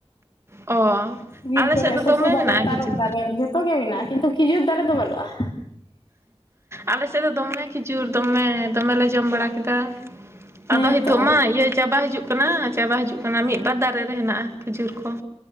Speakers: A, on the right; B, on the left.
A: ᱚ
B: ᱵᱤᱨ
A: ᱟᱞᱮ
B: ᱠᱚᱨᱮ
A: ᱥᱮᱫ ᱫᱚ ᱫᱚᱢᱮ
B: ᱥᱚᱥᱚ ᱫᱟᱨᱮ
A: ᱢᱮᱱᱟᱜᱼᱟ ᱠᱷᱤᱡᱩᱨ
B: ᱛᱟᱨᱚᱵ ᱫᱟᱨᱮ ᱡᱷᱚᱛᱚ ᱜᱮ ᱢᱮᱱᱟᱜᱼᱟ ᱠᱤᱱᱛᱩ ᱠᱷᱤᱡᱩᱨ ᱫᱟᱨᱮ ᱫᱚ ᱵᱟᱹᱱᱩᱜᱼᱟ
A: ᱟᱞᱮ ᱥᱮᱫ ᱫᱚ ᱫᱚᱢᱮ ᱠᱷᱤᱡᱩᱨ ᱫᱚᱢᱮ ᱫᱚᱢᱮ ᱞᱮ ᱡᱚᱢ ᱵᱟᱲᱟ ᱠᱮᱫᱟ
B: ᱦᱮᱸ
A: ᱟᱫᱚ ᱦᱤᱛᱚᱜ
B: ᱛᱚ
A: ᱢᱟ ᱤᱭᱟᱹ ᱪᱟᱵᱟ ᱦᱤᱡᱩᱜ ᱠᱟᱱᱟ ᱪᱟᱵᱟ ᱦᱤᱡᱩᱜ ᱠᱟᱱᱟ ᱢᱤᱫᱵᱟᱨ ᱫᱟᱨᱮ ᱨᱮ ᱦᱮᱱᱟᱜᱼᱟ ᱠᱷᱤᱡᱩᱨ ᱠᱚ